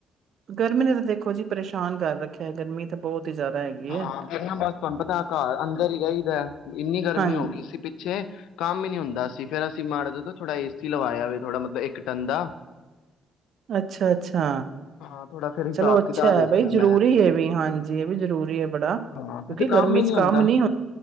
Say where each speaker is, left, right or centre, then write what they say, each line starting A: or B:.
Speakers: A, on the right (about 60°); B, on the left (about 90°).
A: ਗਰਮੀ ਨੇ ਤਾਂ ਦੇਖੋ ਜੀ ਪਰੇਸ਼ਾਨ ਕਰ ਰੱਖਿਆ ਗਰਮੀ ਤਾਂ ਬਹੁਤ ਹੀ ਜ਼ਿਆਦਾ ਹੈਗੀ
B: ਹਾਂ
A: ਹੈ।
B: ਨਾ ਬਸ ਤੁਹਾਨੂੰ ਪਤਾ ਘਰ ਅੰਦਰ ਹੀ ਰਹੀਦਾ ਇੰਨੀ ਗਰਮੀ
A: ਹਾਂਜੀ,
B: ਹੋ ਗਈ ਸੀ ਪਿੱਛੇ ਕੰਮ ਹੀ ਨਹੀਂ ਹੁੰਦਾ ਸੀ ਫੇਰ ਮਾੜਾ ਦਾ ਥੋੜਾ ਏ ਸੀ ਲਵਾਇਆ ਹੋਵੇ ਥੋੜਾ ਮਤਲਬ ਇੱਕ ਟਨ ਦਾ
A: ਅੱਛਾ ਅੱਛਾ
B: ਹਾਂ ਥੋੜਾ ਫਿਰ ਹਿਸਾਬ
A: ਚਲੋ ਅੱਛਾ
B: ਕਿਤਾਬ ਵੇਖਿਆ
A: ਬਈ ਜ਼ਰੂਰੀ
B: ਮੈਂ
A: ਹੈ ਵੀ ਹਾਂਜੀ ਇਹ ਵੀ ਜ਼ਰੂਰੀ ਹੈ ਬੜਾ। ਕਿਉਂਕਿ
B: ਹਾਂ ਫ ਕੰਮ
A: ਗਰਮੀ
B: ਹੀ
A: ਚ
B: ਨਹੀਂੀ ਹੁੰਦਾ
A: ਨਹੀਂ